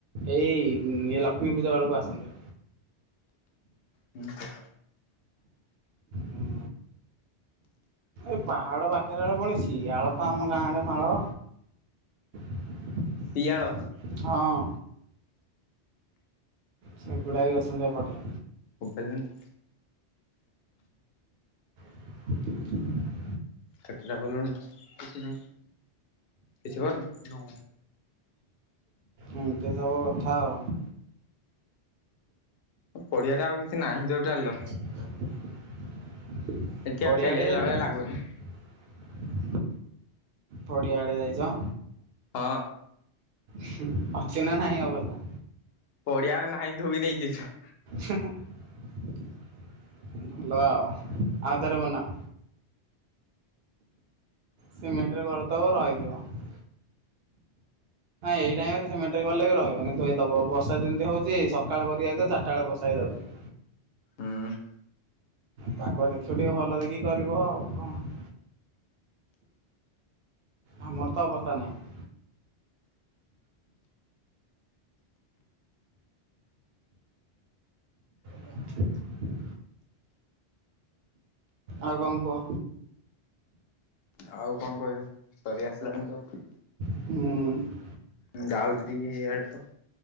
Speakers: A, on the right; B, on the left.
A: ଏଇ ଲକ୍ଷ୍ମୀ ପୂଜା ବଳକୁ ଆସନ୍ତି।
B: ହୁଁ।
A: ହୁଁ। ଏ ପାହାଡ଼ ପାଖରେ ହବଣି ସିଆଳ ତ ଆମ ଗାଁ ଆଡେ ମାଳ। <unintelligible>
B: ସିଆଳ
A: ହଁ। ସେ ଗୁଡାକ ବି ଅଛନ୍ତି ଏପଟେ।
B: ମୁଁ ପାଇଲିନ
A: ହ <unintelligible>
B: କେତେଟା କଲୁଣି ତୁ? କିଛିି କରିନୁ
A: ଏମତି ସବୁ କଥା ଆଉ।
B: ପଢିଆଟା ଆଉ କିଛି ନାହିଁ ଟୋଟାଲ।
A: <unintelligible>
B: ଏଠି
A: ପଡିଆ
B: ଆଉ ଖେଳି
A: ଆଡେ
B: ହେଲା
A: ଯାଇଚ
B: ଭଳିଆ
A: କି
B: ଲାଗୁନି
A: ପଡିଆ ଆଡେ ଯାଇଚ?
B: ହଁ।
A: ହୁଁ ଅଛିିହ୍ନା ନାହିଁ ଅବସ୍ତା।
B: ପଡିଆ ଆଉ ନାହିଁ ଧୁଇ ନେଇଯାଇଚୁ।
A: ହୁଁ ହୁଁ ଭଲ ଆଉ ଆଉଥରେ ବନାଅ। ସିମେଣ୍ଟରେ କରିଦବ ରହିଯିବ ଆଁ ଏଇ ଟାଇରେ ସେମାନେ ଗଲେ ବି ରହିବନି ଧୋଇ ଦବ ବର୍ଷା ଯେମତି ହୋଉଚି ସକାଳ କରିକି ଯଇଥିବା ଚାରିଟା ବେଳେ ବର୍ଷା ହେଇଯାଉଚି।
B: ହୁଁ।
A: ପାଗ ଦେଖିବ ଟିକେ ଭଲ ଦେଖିକି କରିବ ଆଉ କଣ? ଆମର ତ ଅବସ୍ତା ନାଇଁ। <inaudible> ଆଉ କଣ କୁହ?
B: ଆଉ କଣ କହିବି ସରି ଆସିଲାଣି ତ ଆଉ।
A: ହୁଁ।
B: ଉଁ ଯାଉଚୁ ଟିକେ ଏଇଆଡେ ତ।